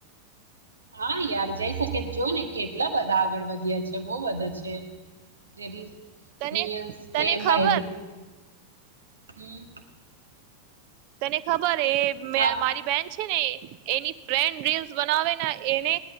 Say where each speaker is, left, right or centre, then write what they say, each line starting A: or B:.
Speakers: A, on the right; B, on the right.
A: હા યાર જઈ શકે જો ને કેટલા બધા આગળ વધ્યા છે બહ વધા છે જે ર
B: તને
A: રીલ્સ
B: તને
A: કેમ
B: ખબર
A: એ હમ
B: તને ખબર એ
A: હા
B: મારી બેન્ચ ને એની રીલ્સ બનાવે એને